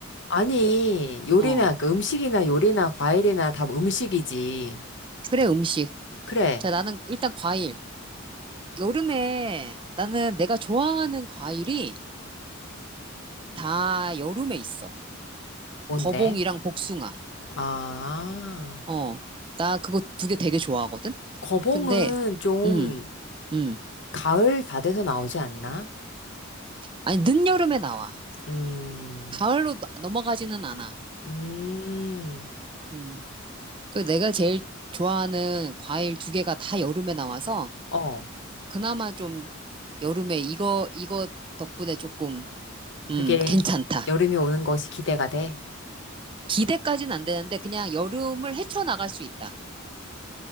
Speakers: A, on the left; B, on the right.
A: 아니, 요리나,
B: 어,
A: 그 음식이나 요리나 과일이나 다 음식이지.
B: 그래, 음식.
A: 그래.
B: 자, 나는 일단 과일. 여름에 나는 내가 좋아하는 과일이 다 여름에 있어.
A: 뭔데?
B: 거봉이랑 복숭아.
A: 아.
B: 어, 나 그거 두 개 되게 좋아하거든?
A: 거봉은
B: 근데,
A: 좀
B: 음, 음.
A: 가을 다 돼서 나오지 않나?
B: 아니, 늦여름에 나와.
A: 음,
B: 가을로 나- 넘어가지는 않아.
A: 음,
B: 음. 그 내가 제일 좋아하는 과일 두 개가 다 여름에 나와서,
A: 어,
B: 그나마 좀 여름에 이거, 이거 덕분에 조금, 음,
A: 그게
B: 괜찮다.
A: 여름이 오는 것이 기대가 돼.
B: 기대까지는 안 되는데, 그냥 여름을 헤쳐나갈 수 있다.